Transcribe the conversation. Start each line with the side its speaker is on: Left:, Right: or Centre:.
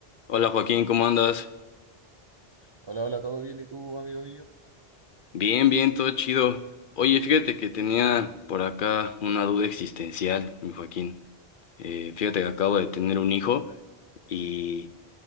Left: Hola Joaquín, ¿cómo andas?
Right: Hola, hola, ¿todo bien? ¿Y tú, amigo mío?
Left: Bien, bien, todo chido. Oye, fíjate que tenía por acá una duda existencial, mi Joaquín. Eh, fíjate que acabo de tener un hijo y